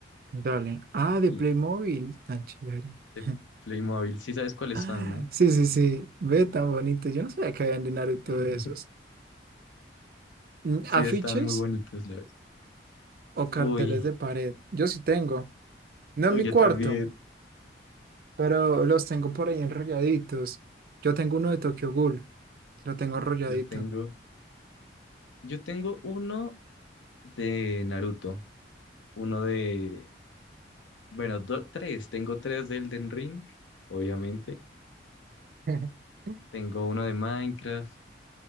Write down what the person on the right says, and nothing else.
dale. Ah, de
Playmobil, tan chévere. <laughs>
Ah,
Sí, sí, sí, ve tan bonito. Yo no sabía que habían de Naruto
de esos. Mm,
¿Afiches
o carteles
de pared? Yo sí tengo. No
en mi
cuarto,
pero los tengo por ahí enrolladitos. Yo tengo uno de Tokyo Ghoul, lo tengo enrolladito.
<laughs>